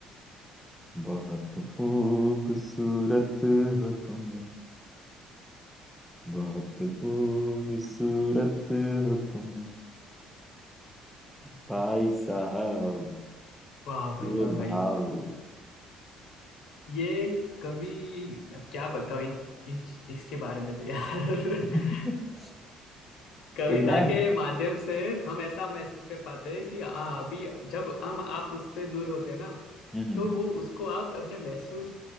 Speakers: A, in the centre; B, on the left (about 75°).
A: बहुत खूबसूरत हो तुम बहुत खूबसूरत हो तुम भाई साहब
B: वाह भाई
A: ये
B: वाह भाई
A: भाव
B: ये कवि अब क्या बताऊं इन, इन, इसके बारे में तो यार <laughs>
A: <laughs>
B: कविता
A: ए मैम
B: के माध्यम से हम ऐसा महसूस कर पाते हैं कि आ, अभी जब हम आप उससे दूर होते हैं ना
A: हम्म
B: तो वो उसको आप अपने महसूस